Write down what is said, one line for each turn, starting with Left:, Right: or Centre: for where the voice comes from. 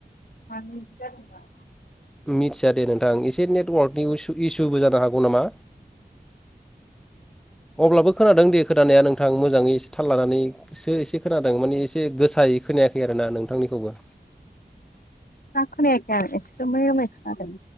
Left: <unintelligible>
Centre: मिथिया दे नोंथां एसे नेटवार्क निु इसुबो जानो हागौ नामा। अब्लाबो खोनादों दे खोनाया नोंथां मोजाङै एसे थाल लानानैसो एसे खोनादों माने एसे गोसायै खोनायाखै आरोना नोंथांनिखौबो।
Left: जाखोनायाखै आं एसे रोमै रोमै खोनादों।